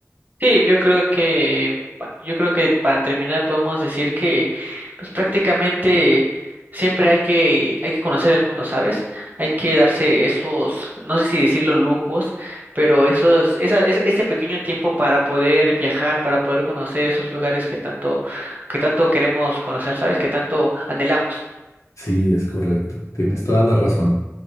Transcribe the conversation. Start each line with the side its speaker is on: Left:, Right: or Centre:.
Right: Sí, yo creo que, pa- yo creo que para terminar podemos decir que, pues prácticamente siempre hay que, hay que conocer el mundo, ¿sabes? Hay que darse esos, no sé si decirlo lujos, pero esos, esa, es- ese pequeño tiempo para poder viajar, para poder conocer esos lugares que tanto, que tanto queremos conocer, ¿sabes? Que tanto anhelamos.
Left: Sí, es correcto. Tienes toda la razón.